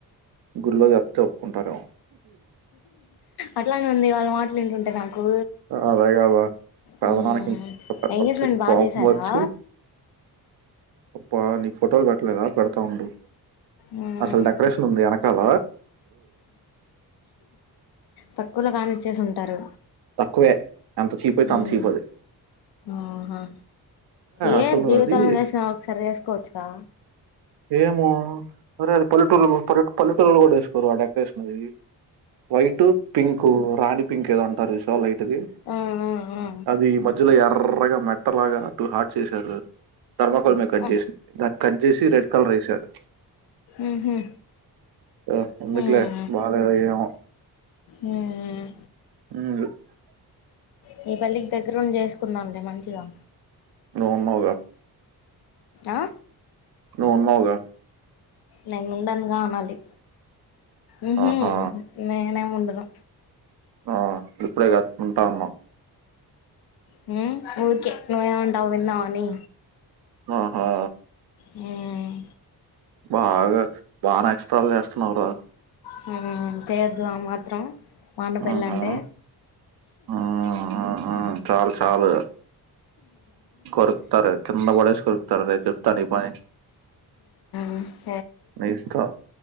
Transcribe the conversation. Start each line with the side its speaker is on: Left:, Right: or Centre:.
Right: గుళ్లో చప్తే ఒప్పుకుంటారేమో
Left: అట్లానే ఉంది వాళ్ళ మాటలు వింటుంటే నాకు
Right: అదే కదా పెదనాన్నకి
Left: హ్మ్మ్
Right: ఇంకా పెద్ద
Left: ఎంగేజ్మెంట్ బా
Right: కోపం
Left: చేసారా?
Right: వచ్చి అబ్బా నీకు ఫోటోలు పెట్టలేదా? పెడతా ఉండు
Left: మ్మ్
Right: అసలు డెకొరేషన్ ఉంది కల
Left: తక్కువలో కానిిచ చ్చేసి ఉంటారు
Right: తక్కువే ఎంత చీప్ అయితే
Left: హ్మ్మ్
Right: అంత చీప్ అది
Left: ఆహా ఏ
Right: అసలు
Left: జీవితంలో
Right: అది
Left: వేసినా ఒకసారి వేసుకోవచ్చుగా
Right: ఏమో సరే పల్లెటూరు పల్లె పల్లె టూరు కూడా వేసుకోరు అడే కృష్ణజ <unintelligible> వైటు పింకు రాణి పింక్ ఏదో అంటారు చాల <unintelligible>
Left: ఆ ఆ ఆ
Right: అది మధ్యలో ఏర్రగా మెట్టలాగా అటు హాట్ చేశారు థర్మాకోల్
Left: అబ్బా
Right: మే కట్ చేసి కట్ చేసి రెడ్ కలర్ వేసారు
Left: మ్హూ
Right: ఆ ఎందుకులే
Left: మ్మ్
Right: బాలేదు ఏమో
Left: మ్మ్
Right: అ <unintelligible>
Left: నీ పెళ్లి కి దగ్గర ఉండి చేసుకుందాంలే మంచిగా
Right: నువ్వు ఉన్నావుగా
Left: ఆ
Right: నువున్నావుగా
Left: నేను ఉండనుగా అనాలి ఆ హ్మ్మ్
Right: ఆహా
Left: నేనేం ఉండను
Right: ఆ ఇప్పుడే కట్టుకుంటా అన్నావ్
Left: హ్మ్మ్ ఊకే నువేం అంటావో విందాం అని
Right: ఆహా
Left: హ్మ్మ్
Right: బాగా బాగా ఎక్సట్రాలు చేస్తున్నావు రా
Left: హ్మ్మ్ చేత ఆ మాత్రం మా అన్న పెళ్లంటే
Right: ఆహా ఆ, ఆ, ఆ. చాలు చాలు కొరుకుతారు కింద పడేసి కొరుకుతారు చెప్తా నీ పని
Left: అ
Right: నేస్కో